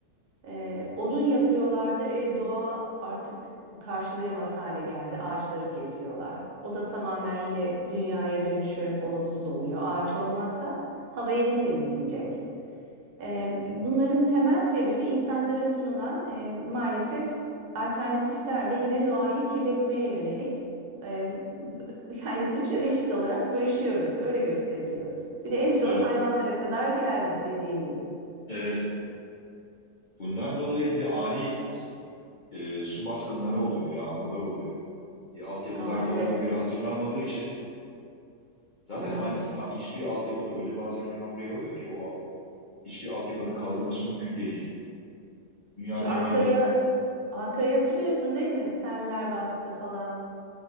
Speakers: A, on the right; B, on the left.
A: Ee, odun yakıyorlardı. E, doğa artık karşılayamaz hale geldi. Ağaçları kesiyorlar. O da tamamen yine dünyaya dönüşü olumsuz oluyor. Ağaç olmazsa havayı ne temizleyecek? E, bunların temel sebebi insanlara sunulan e, maalesef alternatifler de yine doğayı kirletmeye yönelik. E, yani suçu eşit olarak bölüşüyoruz, öyle gösteriliyoruz. Bir de en son
B: Evet.
A: hayvanlara kadar geldi dediğin gibi.
B: Evet. Bundan dolayı bir de ani e, su baskınları oluyor, yağmurlar oluyor. E, altyapılarda
A: Aa, evet,
B: ona göre hazırlanmadığı için zaten
A: maalesef.
B: hangi, ha- hiçbir altyapıda öyle bazen yağmur yağıyor ki o hiçbir altyapının kaldırması mümkün değil. Dünyanın
A: Şu
B: en
A: Ankara'ya
B: medeni
A: Ankara'yı hatırlıyorsun değil mi? Seller bastı falan.